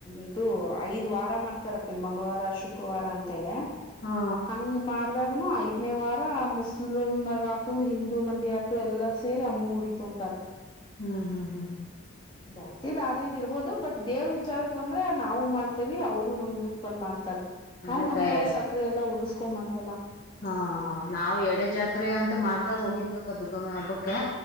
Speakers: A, on the left; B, on the left.
A: ಇದು ಐದ್ ವಾರ ಮಾಡ್ತಾರಪ್ಪಿ ಮಂಗಳವಾರ ಶುಕ್ ಕ್ರವಾರ ಅಂತೇಳಿ
B: ಹಾ
A: ಹಂಗ್ ಮಾಡ್ ತ್ ಐದನೇ ವಾರ ಮುಸ್ಲಿಮರ ಆತು ಹಿಂದೂ ಮಂದಿ ಆತು ಎಲ್ಲಾ ಸೇರಿ ಅಮ್ಮಗ್ ಮುಡಿ ತುಂಬ್ತಾರ. <unintelligible>
B: ಹ್ಮ್ ಹ್ಮ್ ಹ್ಮ್ ಹ್ಮ
A: ಜಾತಿ ಅದು ಇದು ಇರ್ಬೋದು ಬಟ್ ದೇವರು ವಿಚಾರಕ್ ಬಂದ್ರೆ ನಾವು ಮಾಡ್ತೇವಿ ಅವರು ನಮ್ಗ್ ಬಂದ ಮಾಡ್ತಾರೆ ನಾವುಮೊನ್ನೆ
B: ಆಕಾಯ
A: ಹೋಗ್ ಸಕ್ರಿ ಎಲ್ಲ ಉದಸ್ಕೊಂಡ್ ಬಂದ್ವಲ್ಲ.
B: ಹಾ, ನಾವು ಎಡೆ ಜಾತ್ರೆ ಅಂತ ಮಾಡ್ದಾಗ ಹೋಗಿದ್ವ ದುಗ್ಗಮ್ಮ ಹಬ್ಬಕ್ಕೆ.